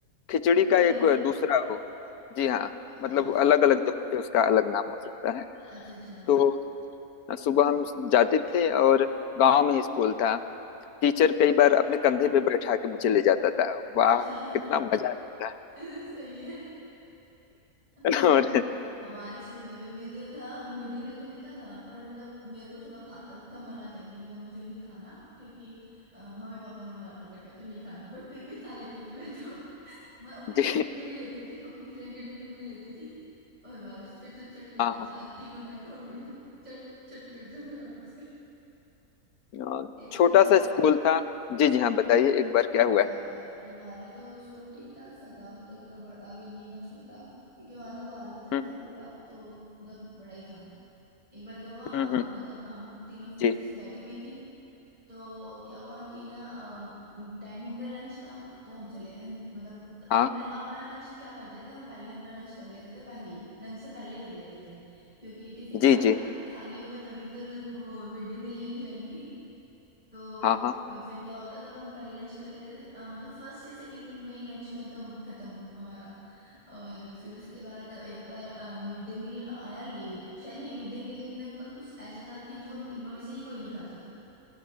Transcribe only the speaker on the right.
हाँ। तोरी
अच्छा
अच्छा अच्छा
अच्छा
<laughs> सही है
हम
हमारे स्कूल में भी मिलते तो था मिड डे मील तो मिलता था पर मतलब मेरे को थोड़ा बाहर का मना था कि मतलब मुझे नहीं खाना क्योंकि अ, मम्मी पापा ने मना कर रखा है तो नहीं खाना बट फिर भी खा लेती थी मैं तो मैं अपने
टिफिन में नहीं लेती थी अपनी फ्रेंड के टिफिन में लेती थी और बस फिर तो चट कर
दो साथ तीनों बैठो और फिर चट चट कर जाओ फटाफट से
एक बार
क्या
हुआ
हमारा
हमारा तो स्कूल ठीक ठाक सा था मतलब इतना बड़ा भी नहीं ना छोटा क्योंकि हमारा तो बारहवीं तक
था पूरा तो मतलब बड़ा ही था एक बार क्या हुआ अ,
मतलब हम तीनों फ्रेंड्स
ऐसे बैठी हुई थी तो क्या हुआ कि ना टाइम हो गया लंच का तो हम चले हम, मतलब हमने
अपना लंच क्या करते थे हम पहले अपना लंच कर लेते थे पहले लंच से पहले ही कर लेते थे क्योंकि टिफिन खाली
होना खाली होगा तभी तो लंच, वो मिड डे मील लेने जाएंगे तो
अ, फिर क्या होता था तो हम पहले लंच कर लेते थे अ, मतलब फर्स्ट या सेकंड पीरियड में ही लंच खत्म खत्म हमारा और फिर उसके बाद एक बार मिड डे मील आया लेट शायद नहीं मिड डे मील में तो कुछ ऐसा था कि जो हम तीनों में से ही कोई नहीं खाता था